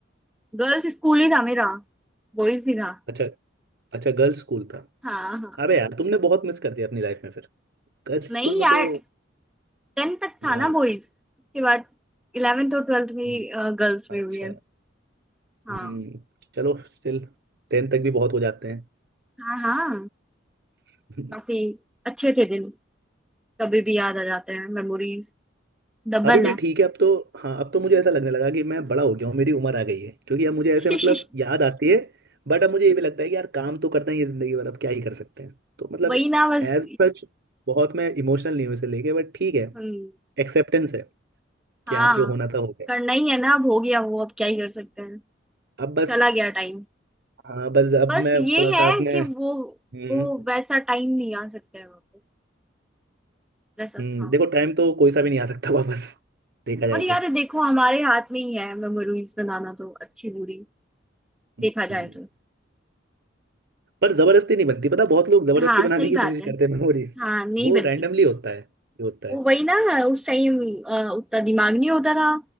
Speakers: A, in the centre; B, on the right.
A: गर्ल्स स्कूल ही था मेरा बॉयज भी था
B: अच्छा अच्छा गर्ल्स स्कूल था
A: हाँ हाँ
B: अबे यार तुमने बहुत मिस कर दिया अपनी लाइफ में फिर गर्ल्स
A: नहीं
B: स्कूल में
A: यार
B: तो
A: टेंथ तक
B: ना
A: था ना
B: ना
A: बॉयज उसके बाद इलेवेंथ और ट्वेल्थ भी
B: हम्म,
A: गर्ल्स में
B: अच्छा
A: हुई है हाँ
B: हम्म, चलो स्टिल टेन तक भी बहुत हो जाते हैं
A: हाँ हाँ
B: <laughs>
A: काफी अच्छे थे दिन कभी भी याद आ जाते हैं मेमोरीज डबल
B: अभी भी ठीक है अब तो हाँ अब तो मुझे ऐसा लगने लगा कि मैं बड़ा हो गया हूँ मेरी उम्र आ गई है क्योंकि अब मुझे ऐसे
A: है
B: मतलब
A: <laughs>
B: याद आती है बट अब मुझे ये भी लगता है कि यार काम तो करना ही है जिंदगी भर अब क्या ही कर सकते हैं तो मतलब
A: वही ना बस
B: एज सच बहुत मैं इमोशनल नहीं हूँ इसे लेके बट ठीक है
A: हम्म,
B: एक्सेप्टेंस है
A: हाँ
B: कि आप जो होना था हो गया
A: करना ही है ना अब हो गया वो अब क्या ही कर सकते हैं
B: अब बस
A: चला गया टाइम
B: हाँ बस अब
A: बस
B: मैं
A: ये
B: थोड़ा सा
A: है
B: अपने
A: कि वो
B: हम्म
A: वो वैसा टाइम नहीं आ सकता है वापस जैसा
B: हम्म,
A: था
B: देखो टाइम तो कोई सा भी नहीं आ सकता वापस देखा जाए
A: और यार
B: तो
A: देखो हमारे हाथ में ही है मेमोरीज बनाना तो अच्छी बुरी
B: हम्म
A: देखा जाए
B: हम्म।
A: तो
B: पर जबरदस्ती नहीं बनती पता बहुत लोग जबरदस्ती
A: हाँ
B: बनाने
A: सही
B: की
A: बात
B: कोशिश
A: है
B: करते हैं मेमोरीज
A: हाँ नहीं
B: वो
A: बनती
B: रैंडमली होता है जो होता है
A: वो वही ना उस टाइम उतना दिमाग नहीं होता था